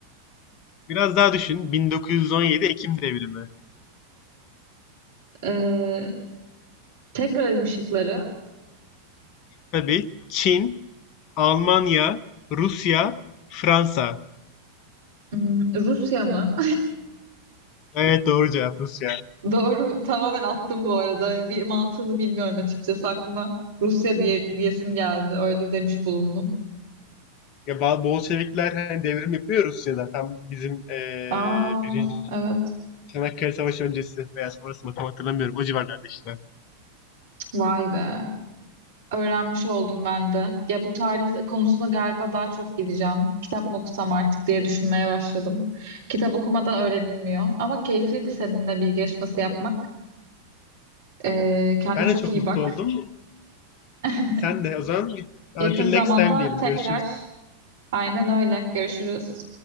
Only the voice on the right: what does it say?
Ee, tekrar edeyim şıkları.
Hmm, Rusya mı?
<laughs> Doğru. Tamamen attım bu arada. Yani bir mantığını bilmiyorum açıkçası aklıma. Rusya diye, diyesim geldi. Öyle demiş bulundum.
Aa,
evet.
Vay be. Öğrenmiş oldum ben de. Ya bu tarih konusunda galiba daha çok gideceğim. Kitap mı okusam artık diye düşünmeye başladım. Kitap okumadan öğrenilmiyor. Ama keyifliydi seninle bilgi yarışması yapmak. Ee, kendine
çok
iyi
bak.
<laughs>
Yakın
zamanda
tekrar.
Aynen öyle. Görüşürüz.